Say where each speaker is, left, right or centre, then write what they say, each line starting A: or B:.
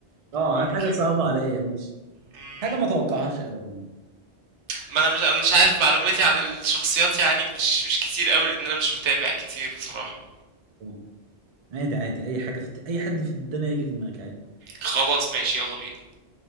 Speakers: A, on the right (about 40°); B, on the right (about 80°).
A: اه
B: ممكن
A: هات حاجة صعبة عليا ماشي
B: مم.
A: حاجة ما توقعهاش ابدا
B: ما انا مش أنا مش عارف معلوماتي عن الشخصيات يعني مش مش كتير قوي لان انا مش بتابع كتير بصراحة
A: آه، عادي عادي اي حاجة في اي حد في الدنيا يجي في دماغك عادي
B: خلاص ماشي يلا بينا